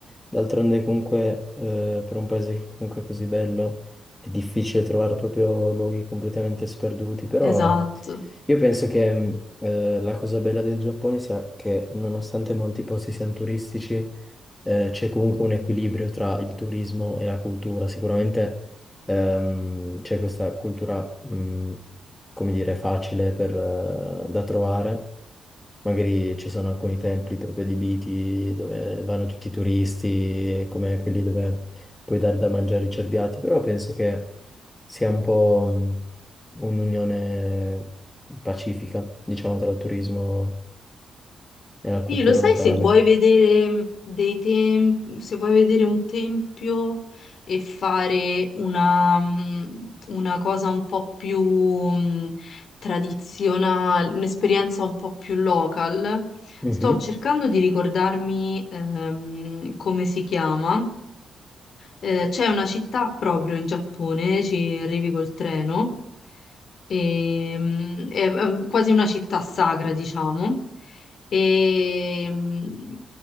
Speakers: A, on the left (about 15°); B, on the left (about 65°).
A: d'altronde comunque eh, per un paese che comunque è così bello è difficile trovare proprio luoghi completamente sperduti, però
B: esatto.
A: io penso che mh, eh, la cosa bella del Giappone sia che nonostante molti posti siano turistici, eh, c'è comunque un equilibrio tra il turismo e la cultura. Sicuramente ehm, c'è questa cultura, mh, come dire, facile per, eh, da trovare. Magari ci sono alcuni templi proprio adibiti dove vanno tutti i turisti, come quelli dove puoi dare da mangiare i cerbiati, però penso che sia un po' mh, un'unione pacifica, diciamo, tra il turismo e la
B: Sì,
A: cultura
B: lo sai
A: locale.
B: se vuoi vedere mhmm, dei tem- se vuoi vedere un tempio e fare una, mm, una cosa un po' più mm, tradizionale, un'esperienza un po' più local,
A: Mhm.
B: sto cercando di ricordarmi ehm, come si chiama. Eh, c'è una città proprio in Giappone, ci arrivi col treno, e, mm, è, è quasi una città sacra, diciamo, e mm,